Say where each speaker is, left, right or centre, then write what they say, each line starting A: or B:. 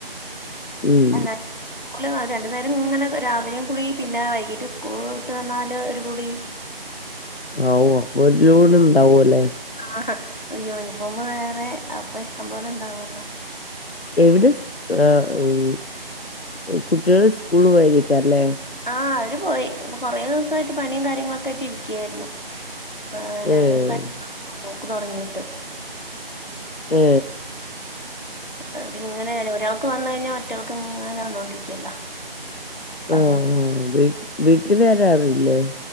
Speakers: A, on the left; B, on the left.
A: ഉം
B: അല്ല <unintelligible> രണ്ടു നേരം ഇങ്ങനെ രാവിലേം കുളി പിന്നെ വൈകീട്ട് സ്കൂള് വിട്ട് വന്നാല് ഒരു കുളി
A: ആ ഉവ്വ വെല്യോരുണ്ടാവു അല്ലെ
B: ആഹ ഇയ്യോ യൂണിഫോമ് വേറെ അപ്പ ഇഷ്ടം പോലെ ഇണ്ടാവല്ലോ
A: എവിടെ സ് ആ ഉം കുട്ടികള് സ്കൂള്ല് പോയിരിക്കാല്ലേ
B: ആ അവര് പോയി ഇപ്പൊ കൊറേ ദിവസവായിട്ട് പനിയും കാര്യങ്ങളൊക്കെ ആയ്ട്ട് ഇരിക്കായിരുന്നു ആ രണ്ടുസായി
A: ഏഹ്
B: പോക്ക് തൊടങ്ങിട്ട്
A: ഏ
B: അവരിങ്ങനെ ഒരാൾക്ക് വന്ന് കഴിഞ്ഞ മറ്റയാൾക്ക് ഇങ്ങനെ വന്നോണ്ടിരിക്കുവല്ലോ പകർ
A: ഉം ഉം വീ വീട്ടി വേറെ ആരുവില്ലെ